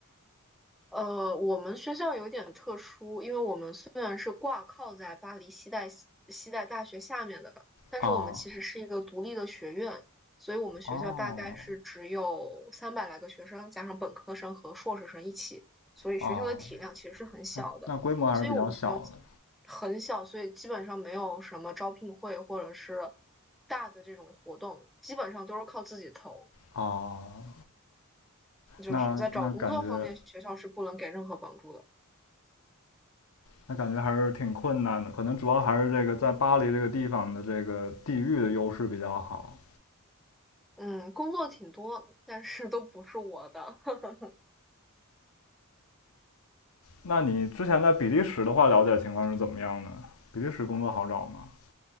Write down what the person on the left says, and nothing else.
啊，
哦，
哦，那那规模还是比较小的。
哦，
那那感觉
那感觉还是挺困难的，可能主要还是这个在巴黎这个地方的这个地域的优势比较好。
那你之前在比利时的话，了解情况是怎么样的？比利时工作好找吗？